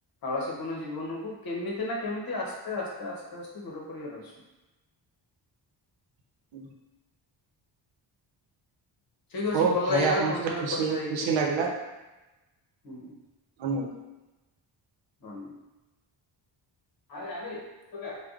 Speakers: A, on the left (about 50°); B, on the right (about 85°).
A: ଆଳସ୍ୟପୂର୍ଣ୍ଣ ଜୀବନକୁ କେମିତି ନା କେମିତି ଆସ୍ତେ ଆସ୍ତେ ଆସ୍ତେ ଆସ୍ତେ ଦୂର କରିବାର ଅଛି। <inaudible>
B: <unintelligible>
A: ଠିକ
B: ହଉ
A: ଅଛି ଭଲ
B: ଭାଇ
A: ଲାଗିଲା
B: ଆପଣଙ୍କ
A: ତମ
B: ସହିତ
A: ସାଙ୍ଗରେ
B: ଖୁସି
A: କଥା ହେଇକି,
B: ଖୁସି ଲାଗିଲା
A: ହୁଁ।
B: <unintelligible>
A: ହଁ ଆରେ ଆରେ ଏ ଟୋକା।